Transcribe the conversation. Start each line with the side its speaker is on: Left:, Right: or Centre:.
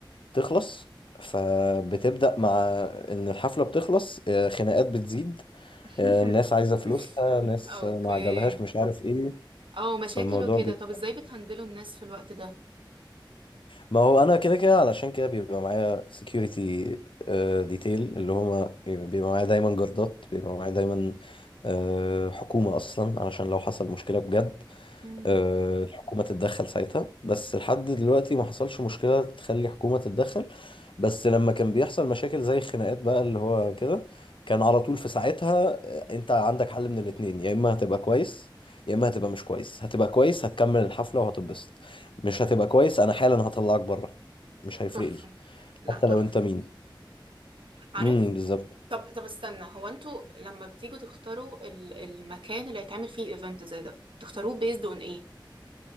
Left: تخلص فبتبدأ مع إن الحفلة بتخلص آه، خناقات بتزيد
Right: <laughs>
Left: آه، الناس عايزة فلوسها ناس
Right: اوكي
Left: آه، ما عجبهاش مش عارف إيه
Right: اه مشاكل
Left: فالموضوع
Right: وكده
Left: بي...
Right: طب ازاي بتهندلوا الناس في الوقت ده
Left: ما هو أنا كده كده علشان كده بيبقى معايا security آه، detail اللي هما بيبقى معايا دايما جردات بيبقى معايا دايما آه، حكومة أصلا علشان لو حصل مشكلة بجد
Right: مم.
Left: آه، الحكومة تتدخل ساعتها بس لحد دلوقتي ما حصلش مشكلة تخلي حكومة تتدخل بس لما كان بيحصل مشاكل زي الخناقات بقى اللي هو كده كان على طول في ساعتها آه، انت عندك حل من الاتنين يا اما هتبقى كويس يا اما هتبقى مش كويس هتبقى كويس هتكمل الحفلة وهتتبسط مش هتبقى كويس انا حالا هطلعك بره مش هيفرق
Right: تحفة
Left: لي
Right: لا
Left: حتى
Right: تحفة
Left: لو انت مين
Right: عارف
Left: امم بالظبط
Right: طب طب استنى هو انتوا لما بتيجوا تختاروا ال- المكان اللي هيتعمل فيه ايفنت زي ده تختاروه بيزد اون ايه